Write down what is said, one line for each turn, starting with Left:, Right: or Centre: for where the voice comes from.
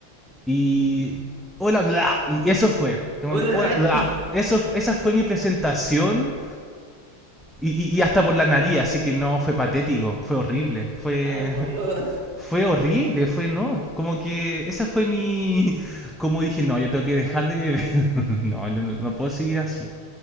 Centre: y... Hola, bla. Y eso fue.
Right: <laughs>
Centre: Hola, bla. Eso, esa fue mi presentación y, y- y hasta por la nariz, así que no, fue patético, fue horrible, fue...
Right: Ay, por
Centre: <laughs>
Right: Dios.
Centre: Fue horrible, fue no. Como que esa fue mi... Como dije, no, yo tengo que dejar de beber. <laughs> No, yo no, no puedo seguir así.